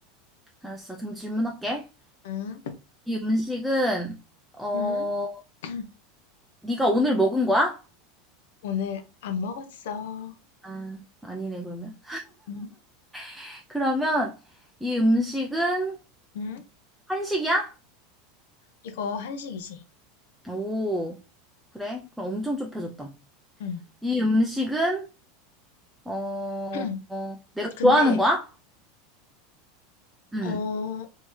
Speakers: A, in the centre; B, on the left.
A: 알았어. 그럼 질문할게.
B: 응,
A: 이 음식은 어
B: 응, 응. <clears throat>
A: 네가 오늘 먹은 거야?
B: 오늘 안 먹었어.
A: 아 아니네 그러면.
B: 응,
A: <laughs> 그러면 이 음식은
B: 응.
A: 한식이야?
B: 이거 한식이지?
A: 오 그래? 그럼 엄청 좁혀졌다.
B: 응.
A: 이 음식은 어,
B: <clears throat>
A: 어, 내가
B: 근데,
A: 좋아하는 거야? 응.
B: 어,